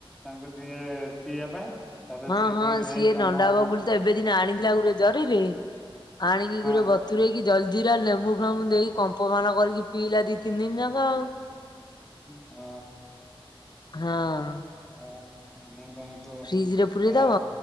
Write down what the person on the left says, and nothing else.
ହଁ
ହଁ
ସିଏ
ନଣ୍ଡା ବଗୁଳି ତ ଏବେ ଦିନେ ଆଣିଥିଲା ଗୋରେ ଜରିିରେ, ଆଣିକି ଗୋରେ
ବ ତୁରେଇକି ଜଲଜିରା ଲେମ୍ବୁ ଫେମୁ ଦେଇ କମ୍ପମାନ କରିକି ପିଇଲା ଦିଇ ତିନି ଦିନ ଯାକ ଆଉ।
ହଁ।
ଫ୍ରିଜ ରେ ପୁରେଇ
ଦବ